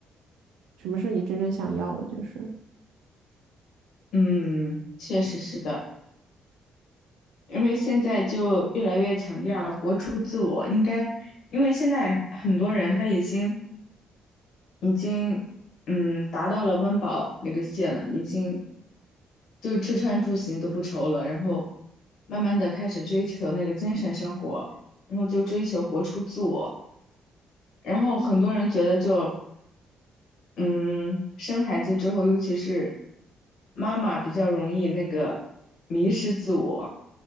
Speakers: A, on the right; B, on the left.
A: 什么是你真正想要的，就是。
B: 嗯，确实是的，因为现在就越来越强调活出自我，应该，因为现在很多人他已经已经嗯达到了温饱那个线了，已经。就是吃穿住行都不愁了，然后慢慢的开始追求那个精神生活，然后就追求活出自我。然后很多人觉得就，嗯，生孩子之后，尤其是妈妈比较容易那个迷失自我，